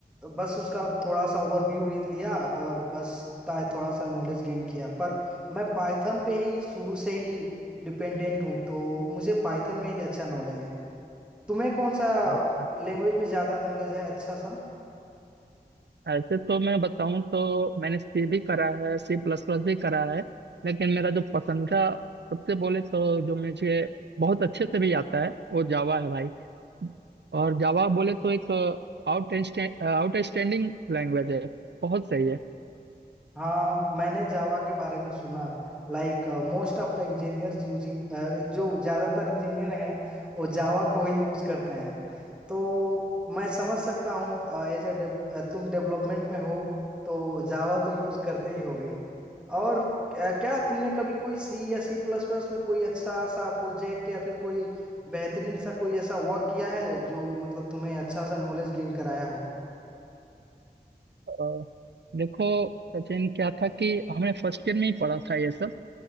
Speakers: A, in the centre; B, on the right.
A: बस उसका थोड़ा सा ओवरव्यू ही लिया और बस उतना ही थोड़ा सा नॉलेज गेन किया पर मैं पाइथन पे ही शुरू से ही डिपेंडेंट हूँ तो मुझे पाइथन में ही अच्छा नॉलेज है तुम्हें कौन सा
B: अच्छा अच्छा
A: लैंग्वेज में ज़्यादा नॉलेज है अच्छा सा
B: ऐसे तो मैं बताऊं तो मैंने सी भी करा है सी प्लस प्लस भी करा है लेकिन मेरा जो पसंदीदा सबसे बोले तो जो मुझे बहुत अच्छे से भी आता है वो जावा है भाई और जावा बोले तो एक आउट आउटस्टैंडिंग लैंग्वेज है बहुत सही है
A: हाँ मैंने जावा के बारे में सुना like most of the engineers using जो ज़्यादातर इंजीनियर हैं वो जावा को ही यूज करते हैं तो मैं समझ सकता हूँ एज ए तुम डेवलपमेंट में हो तो जावा तो यूज करते ही होगे और अ, क्या तुमने कभी कोई सी या सी प्लस प्लस में कोई अच्छा सा प्रोजेक्ट या फिर कोई बेहतरीन सा कोई ऐसा वर्क किया है जो मतलब तुम्हें अच्छा सा नॉलेज गेन कराया हो
B: अ, देखो सचिन क्या था कि हमने फर्स्ट ईयर में ही पढ़ा था ये सब